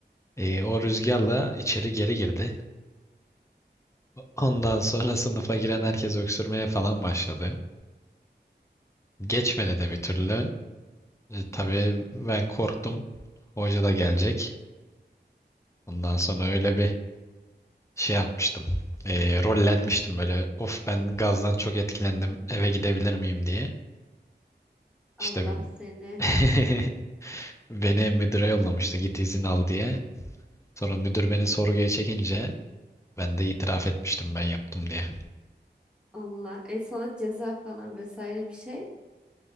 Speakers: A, on the left; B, in the centre.
A: e, o rüzgarla içeri geri girdi. Ondan sonra sınıfa giren herkes öksürmeye falan başladı. Geçmedi de bir türlü. E, tabii ben korktum. Hoca da gelecek. Ondan sonra öyle bir şey yapmıştım. E, rollenmiştim böyle. Of ben gazdan çok etkilendim. Eve gidebilir miyim diye.
B: Allah
A: İşte bir-
B: seni.
A: <laughs> beni müdüre yollamıştı. Git izin al diye. Sonra müdür beni sorguya çekince ben de itiraf etmiştim ben yaptım diye.
B: Allah. E sana ceza falan vesaire bir şey?